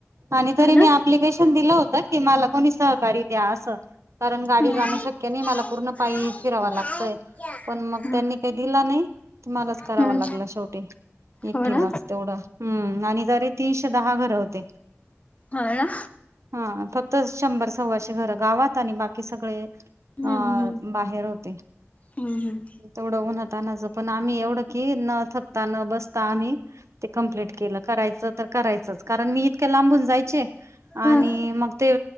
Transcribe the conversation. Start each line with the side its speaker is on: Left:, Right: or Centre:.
Right: आणि तरी
Left: ह
Right: मी
Left: ना
Right: अप्लिकेशन दिलं होत. मला कोणी सहकार्य द्या असं. कारण गाडी
Left: हम्म
Right: जाणं शक्य नाइ मला पूर्ण पायी फिरावा लागतय. पण मग त्यांनी काई दिला नाई तुम्हालाच
Left: हम्म
Right: करावा लागला शेवटी एकटिलाच
Left: हो ना
Right: तेवढ हम्म आणि जरी तीनशे दहा घर होते.
Left: हा ना.
Right: हा फक्त शंभर सव्वाशे घर गावात आणि बाकी सगळे
Left: हम्म
Right: अ
Left: हम्म
Right: बार होते
Left: हम्म हम्म
Right: तेवढ उन्हातांनाच पण आम्ही एवढं की न ता न बसता आम्ही ते कमप्लीट केलं करायचं तर करायचंच कारण मी इतके लांबून जायचे आणि
Left: हम्म
Right: मग ते